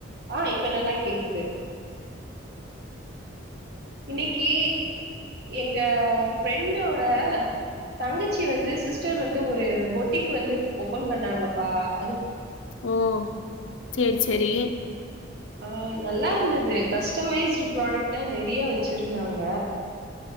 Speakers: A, on the right; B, on the left.
A: ஆஹ் இப்ப நல்லா கேக்குது இன்னைக்கு எங்க பிரெண்டோட தங்கச்சி வந்து சிஸ்டர் வந்து ஒரு பொட்டிக்கு வந்து ஓப்பன் பண்ணாங்கப்பா அது
B: ஓ சேரி சேரி
A: ஆஹ் நல்லா இருந்தது கஸ்டமைஸ்டு ப்ராடக்ட்கா நிறைய வச்சிருந்தாங்க